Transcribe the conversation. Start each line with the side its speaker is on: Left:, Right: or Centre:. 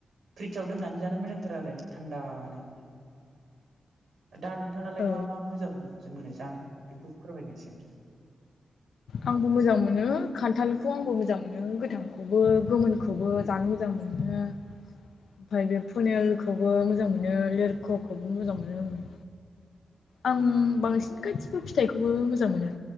Right: साव दोननानै जानो मोजांथार आरो थान्दानो। दा नोंथाङालाय
Left: औ
Right: मा मा मोजां मोन मोनो जानो बेखौ फोरमायदो इसे।
Left: आंबो मोजां मोनो खान्थालखौ आंबो मोजां मोनो गोथांखौबो गोमोनखौबो जानो मोजां मोनो। ओमफ्राय बे फुनेलखौबो मोजां मोनो लेरख'खौबो मोजां मोनो आङो। आं बांसिन गासिबो फिथाइखौबो मोजां मोनो